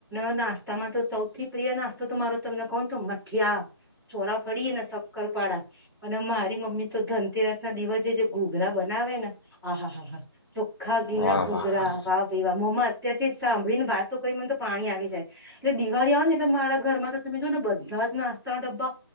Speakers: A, in the centre; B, on the left.
A: નાસ્તામાં તો સૌથી પ્રિય નાસ્તો તો મારો તમને કોણ તો મઠિયા છોડાફરીએે ને શક્કરપાડાા અને મારી મમ્મી તો ધનતેરાસ ના દિવસે જે ઘોઘરા બનાવે ને આહા હા હા ખાાગી ના
B: વાહ
A: ઘૂઘરા
B: વાહ વાહ
A: વા ભી વા મમ્મા અત્યથી સાંભળીને વાત તો કરી મને તો પાણી આવી જાય એટલે દિવાળી આવે ને એટલે મારા ઘરમાં તો તમે જો ને બધા જ નાસ્તાના ડબ્બા